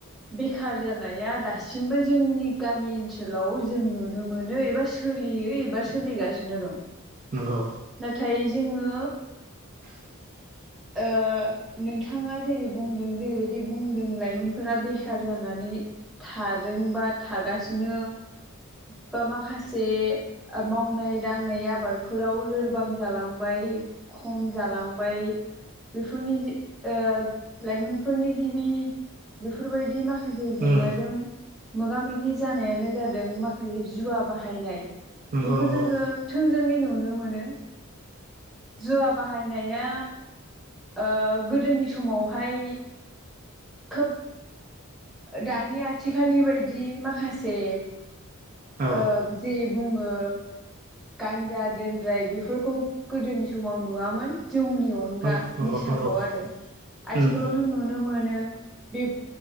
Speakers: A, in the centre; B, on the right.
A: बेखार जानाया दासिमबो जोंनि गामि ओनसोलाव जों नुनो मोनो एबा सो सोलियो एबार सोलिगासिनो दं।
B: नोंगौ।
A: नाथाय जोङो
B: <inaudible>
A: ओ नोंथाङा जेरै बुंदों जेरैबायदि बुंदों लाइमोनफोरा बेखार जानानै थादोंबा थागासिनो बा माखासे मावनाय दांनाय आबादफोराव लो लोरबां जालांबाय खम जालांबाय बेफोरनि जि ओ लाइमोनफोरनि गिबि बेफोरबायदि माखा से जेंनाजों
B: उम
A: मोगा मोगि जानायानो जादों माखासे जुवा बाहायनाय।
B: नंगौ
A: बेखौ
B: नंगौ
A: जोङो थोंजोङै नुनो मोनो। जुवा बाहायनाया ओ गोदोनि समावहाय खोब दानि आथिखालनि बायदि माखासे
B: औ
A: ओ जेरै बुङो गान्जा देेनद्राय बेफोरखौ गोदोनि समाव नुवामोन जौनि अन
B: उम
A: गा
B: नंगौ
A: निसाखौ
B: नंगौ
A: आरो आथिखालावथ'
B: उम
A: नुनो मोनो बे